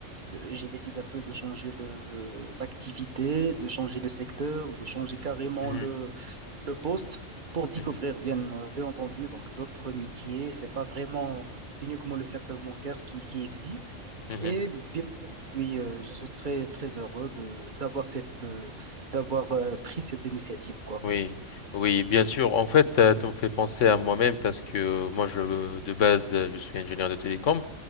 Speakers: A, on the right; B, on the left.
A: euh, J'ai décidé un peu de changer le, l'activité, de changer le secteur, de changer carrément
B: Mhm.
A: le, le poste pour découvrir,
B: Mhm.
A: bien, euh, bien entendu, donc d'autres métiers. C'est pas vraiment uniquement le secteur bancaire qui, qui existe.
B: Mhm.
A: Et bien sûr, je suis, euh, je suis très, très heureux de, d'avoir cette, euh, d'avoir euh, pris cette initiative, quoi.
B: Oui, oui, bien sûr. En fait, euh, tu me fais penser à moi-même parce que euh, moi, je, de base, euh, je suis ingénieur de télécom